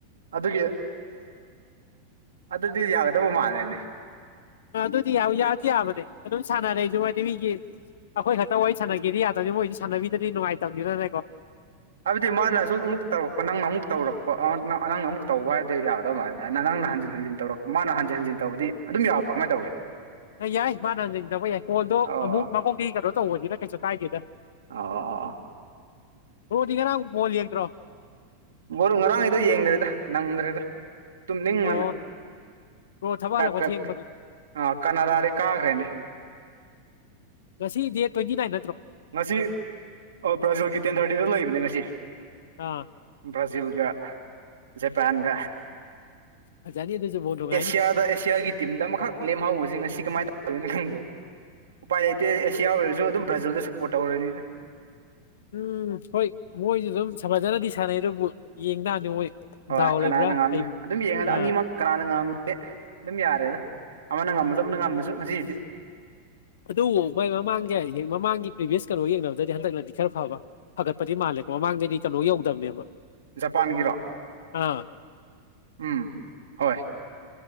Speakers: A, on the right (about 65°); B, on the left (about 60°).
A: ꯑꯗꯨꯒꯤ ꯑꯗꯨꯗꯤ ꯌꯥꯒꯗꯕ ꯃꯥꯜꯂꯦꯅꯦ
B: ꯑ ꯑꯗꯨꯗꯤ ꯌꯥꯗꯤ ꯌꯥꯕꯅꯦ ꯑꯗꯨꯝ ꯁꯥꯟꯅꯔꯦꯁꯨꯋꯥꯗꯤ ꯃꯤꯒꯤ ꯑꯩꯈꯣꯏ ꯈꯛꯇ ꯋꯥꯔꯤ ꯁꯥꯟꯅꯒꯦꯗꯤ ꯌꯥꯗꯕꯅꯤ ꯃꯣꯏꯗꯤ ꯁꯥꯟꯅꯕꯤꯗꯗꯤ ꯅꯨꯡꯉꯥꯏꯇꯕꯅꯤꯅꯅꯦꯀꯣ
A: ꯍꯥꯏꯕꯗꯤ ꯃꯥꯅꯁꯨ ꯑꯃꯨꯛ ꯇꯧꯔꯛꯄ ꯅꯪꯅ ꯑꯃꯨꯛ ꯇꯧꯔꯛꯄ ꯅꯪ ꯑꯃꯨꯛ ꯇꯧꯕ ꯍꯥꯏꯗꯤ ꯌꯥꯗꯧ ꯃꯥꯜ ꯍꯥꯏꯅ ꯅꯪ ꯃꯥꯅ ꯍꯟꯖꯤꯟꯖꯤꯟ ꯇꯧꯔꯛ ꯃꯥꯅ ꯍꯟꯖꯤꯟꯖꯤꯟ ꯇꯧꯕꯗꯤ ꯑꯗꯨꯝ ꯌꯥꯕ꯭ꯔꯥ ꯀꯃꯥꯏꯅ ꯇꯧꯒꯦ
B: ꯌꯥꯏ ꯃꯥꯅ ꯌꯦꯗꯕ ꯌꯥꯏ ꯀꯣꯟꯗꯣ
A: ꯑꯣ
B: ꯑꯃꯨꯛ ꯃꯈꯀꯣꯛꯒꯤ ꯀꯩꯅꯣ ꯇꯧꯕꯅꯤꯅ ꯀꯩꯁꯨ ꯀꯥꯏꯗꯦꯗ
A: ꯑ
B: ꯔꯣꯗꯤꯒꯦꯅꯥ ꯐꯣꯜꯂꯤ ꯌꯦꯟ ꯀ꯭ꯔꯣ
A: ꯕꯣꯔꯣ ꯉꯔꯥꯡꯉꯩꯗꯣ ꯌꯦꯡꯗ꯭ꯔꯦꯗ ꯅꯪꯗ꯭ꯔꯦꯗ ꯇꯨꯝꯅꯤꯡ
B: ꯑꯣ
A: ꯃꯅ
B: ꯕ꯭ꯔꯣ ꯊꯕꯛ
A: ꯀ
B: ꯍꯜꯂꯛꯄ
A: ꯀ
B: ꯊꯦꯡꯕꯒꯤ
A: ꯑ ꯀꯅꯥꯗꯥꯗꯤ ꯀꯥꯈ꯭ꯔꯦꯅꯦ
B: ꯉꯁꯤ ꯗꯦꯠ ꯇ꯭ꯋꯦꯟꯇꯤ ꯅꯥꯢꯟ
A: ꯉꯁꯤ ꯑꯣ ꯕ꯭ꯔꯥꯖꯣꯒꯤ ꯇꯦꯟ ꯊꯥꯔꯇꯤꯗ ꯂꯩꯕꯅꯦ ꯉꯁꯤ
B: ꯑꯥ
A: ꯕ꯭ꯔꯥꯖꯤꯜꯒ ꯖꯄꯥꯟꯒ
B: ꯐꯖꯅꯤ ꯑꯗꯨꯁꯨ ꯕꯣꯜ ꯅꯨꯡꯉꯥꯏꯅꯤ
A: ꯑꯦꯁꯤꯌꯥꯗ ꯑꯦꯁꯤꯌꯥꯒꯤ ꯇꯤꯝꯗ ꯑꯃꯈꯛ ꯂꯦꯝꯍꯧꯕꯁ ꯉꯁꯤ ꯀꯃꯥꯏꯅ ꯇꯧꯒꯦꯅ ꯈꯪꯗꯦ ꯎꯄꯥꯏ ꯂꯩꯇꯦ ꯑꯦꯁꯤꯌꯥ ꯑꯣꯏꯔꯁꯨ ꯑꯗꯨꯝ ꯕ꯭ꯔꯥꯖꯤꯜꯗ ꯁꯞꯄꯣꯔꯠ ꯇꯧꯔꯅꯤꯅ
B: ꯎꯝ ꯍꯣꯏ ꯃꯣꯏꯁꯨ ꯑꯗꯨꯝ ꯁꯐꯖꯅꯗꯤ ꯁꯥꯟꯅꯩ ꯑꯗꯨꯕꯨ ꯌꯦꯡ ꯇꯥꯅꯤ ꯃꯣꯏ
A: ꯍꯣꯏ
B: ꯗꯥꯎ
A: ꯀꯅꯥꯅ
B: ꯂꯩꯕ꯭ꯔꯥ
A: ꯉꯝꯃꯦ
B: ꯍꯩ
A: ꯑꯗꯨꯝ ꯌꯦꯡꯉꯗ
B: ꯑꯥ
A: ꯑꯅꯤꯃꯛ ꯀꯅꯥꯅ ꯉꯝꯃꯤ ꯑꯦ ꯑꯗꯨꯝ ꯌꯥꯔꯦꯗ ꯑꯃꯅ ꯉꯝꯃꯁꯨ ꯑꯃꯅ ꯉꯝꯃꯁꯨ ꯉꯁꯤꯗꯤ
B: ꯑꯗꯨꯕꯨ ꯃꯣꯏ ꯃꯃꯥꯡꯁꯦ ꯃꯃꯥꯡꯒꯤ ꯄ꯭ꯔꯤꯚꯤꯌꯁ ꯀꯩꯅꯣ ꯌꯦꯡꯅꯕꯗꯗꯤ ꯍꯟꯗꯛꯅꯗꯤ ꯈꯔ ꯐꯕ ꯐꯒꯠꯄꯗꯤ ꯃꯥꯜꯂꯦꯀꯣ ꯃꯃꯥꯡꯗꯗꯤ ꯀꯣ ꯌꯧꯗꯕꯅꯦꯕ
A: ꯖꯄꯥꯟꯒꯤꯔꯣ
B: ꯑꯥ
A: ꯎꯝ ꯍꯣꯏ